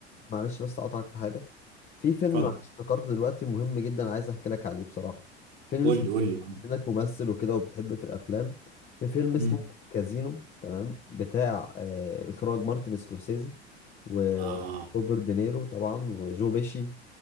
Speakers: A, on the left (about 25°); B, on the right (about 65°).
A: معلش بس اقطعك في حاجه في فيلم
B: اتفضل
A: معلش افتكرته دلوقتي مهم جدا عايز احكي لك عليه بصراحه فيلم
B: قول
A: اسمه
B: لي قول لي
A: انك ممثل وكده وبتحب في الافلام في فيلم اسمه
B: مم.
A: كازينو تمام بتاع آه اخراج مارتن سكورسيزي وروبرت
B: اه
A: دينيرو طبعا وجو بيشي